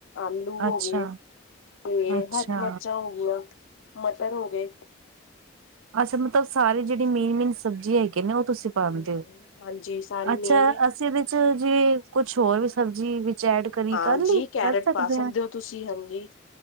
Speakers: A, on the left; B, on the right.
A: ਆਲੂ ਹੋ
B: ਅੱਛਾ
A: ਗਏ, ਤੇ
B: ਅੱਛਾ
A: ਹਰੀ ਮਿਰਚਾਂ ਹੋ ਗਇਆਂ, ਮਟਰ ਹੋ ਗਏ
B: ਅੱਛਾ ਮਤਲਬ ਸਾਰੇ ਜਿਹੜੀ ਮੇਨ ਮੇਨ ਸਬੀਜਿਆ ਹੈਗੇ ਨੇ ਉਹ ਤੁਸੀਂ
A: ਹਮ,
B: ਪਾਉਂਦੇ ਹੋ
A: ਹਾਂਜੀ ਸਾਰੀ
B: ਅੱਛਾ
A: ਮੇਨ ਹੈ
B: ਇਹਦੇ ਵਿੱਚ ਜਿਵੇ ਕੁਛ ਹੋਰ ਵੀ ਸਬਜ਼ੀ ਵਿੱਚ ਐਡ ਕਰੀ
A: ਹਾਂਜੀ
B: ਕਰ ਲਈ ਕਰ
A: ਕੈਰਟ ਪਾ ਸਕਦੇ
B: ਹਾਂ
A: ਹੋ ਤੁਸੀਂ ਹਾਂਜੀ